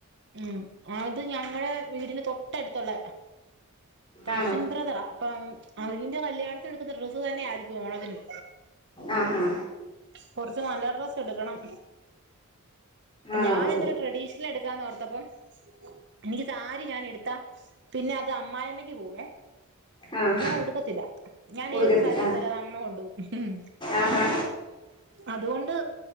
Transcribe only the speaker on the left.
ആണോ
ആഹാ
ആണോ
ഓ
ആഹ്
ഉടുക്കത്തില്ല
ആഹ്
ആഹാ